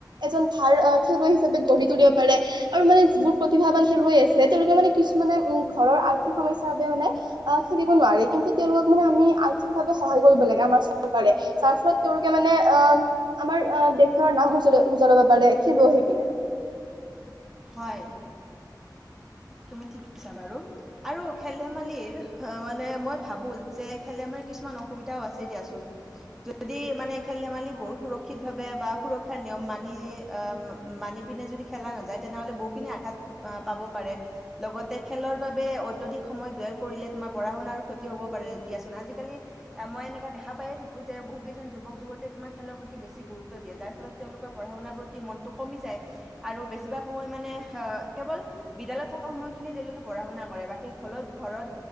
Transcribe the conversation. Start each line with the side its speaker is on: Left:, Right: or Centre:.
Right: এজন ভাল খেলুৱৈ হিচাপে গঢ়ি তুলিব পাৰে আৰু মানে যিবোৰ প্ৰতিভাবান খেলুৱৈ আছে, তেওঁলোকে মানে কিছুমানে ঘৰৰ আৰ্থিক সমস্যা ৰ মানে খেলিব নোৱাৰে কিন্তু তেওঁলোকক মানে আমি আৰ্থিকভাৱে সহায় কৰিব লাগিব চৰ তাৰ ফলত তেওঁলোকে মানে অ আমাৰ দেশৰ নাম উজ উজ্বলাব। পালে <unintelligible>
Centre: হয় তুমি ঠিক কৈছা বাৰু আৰু খেল ধেমালিৰ মানে মই ভাবো যে খেল ধেমালি। কিছুমান অসুবিধাও আছে দিয়াচোন, যি মানে খেল-ধেমালি বোৰ সুৰক্ষিতভাৱে বা সুৰক্ষিত নিয়ম মানি অ মানি পিনে যদি খেলা নাযায়। যায়, তেনেহলে বহুখিনি আঘাত পাব পাৰে, লগতে খেলৰ বাবে উদ্যোগিক সময় ব্যয় কৰিলে তোমাৰ পঢ়া শুনাৰ ক্ষতি হ'ব পাৰে দিয়াচোন আজালি মই এনেকা দেখ পায়ে থাকো যে বহু কেইজন যুৱক য প্ৰতি তোমাৰ খেলৰ প্ৰতি বেছি গুৰুত্ব দিয়ে, যাৰ ফলত তেওঁলোকৰ পঢ়া-শুনাৰ প্ৰতি মনটো কমি যায় আৰু বেছি বিবা সময় মানে আহ কেৱল বিদ্যালয়ত থকা সময় খিনিয়ে তেওঁলোকে পঢ়া শুনা কৰে বাকী ঘৰত ঘৰত,